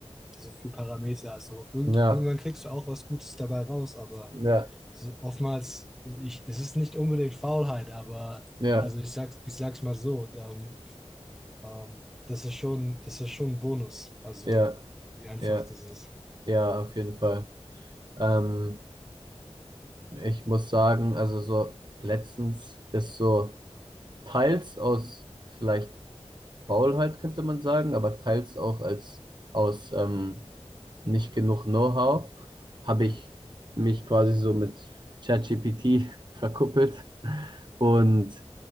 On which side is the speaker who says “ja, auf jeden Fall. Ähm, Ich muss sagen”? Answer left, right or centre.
Right